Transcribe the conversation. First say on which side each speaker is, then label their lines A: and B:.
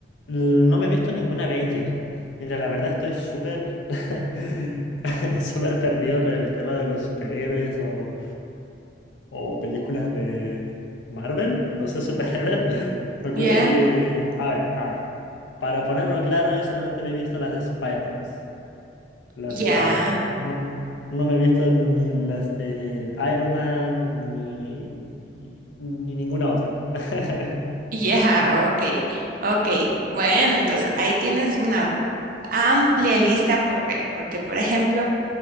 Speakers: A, on the left; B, on the right.
A: l- no me he visto ninguna Avenger. Mira, la verdad estoy súper, <laughs> súper perdido con el tema de los superhéroes o, o películas de Marvel, no sé, superhéroes. <laughs> Me acuerdo
B: Ya,
A: que, a ver, a ver, para ponerlo claro, yo solamente me he visto las de Spider-Man. las
B: ya,
A: de Spider-Man. No, no me he visto ni las de Iron Man ni, ni, ni ninguna otra. <laughs>
B: ya, ok, ok. Bueno, entonces ahí tienes una amplia lista por ver, porque por ejemplo,